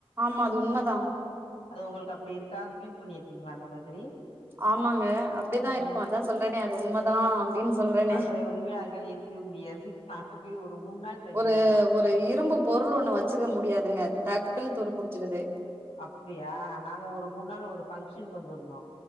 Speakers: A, on the right; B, on the left.
A: ஆமா அது உண்மதா
B: அது உங்களுக்கு அப்டி இருக்கா ஃபீல் பண்ணிருக்கீங்களா அந்த மாதிரி
A: ஆமாங்க அப்டிதா இருக்கு
B: ம்
A: அதா சொல்றேனே அது உண்மதா அப்டின் சொல்றனே
B: அது உண்மையா அங்கெல்லா இருக்கவே முடியாது நாங்க போய் ஒரு மூண் நாள் தங்கியிருந்தோ
A: ஒரு ஒரு இரும்பு பொருள் ஒன்னு வச்சுக்க முடியாதுங்க டக்குன்னு துரு புடிச்சிருது
B: அப்புடியா நாங்க ஒரு மூணு நாள் ஒரு ஃபங்க்ஷனுக்கு வந்திருந்தோ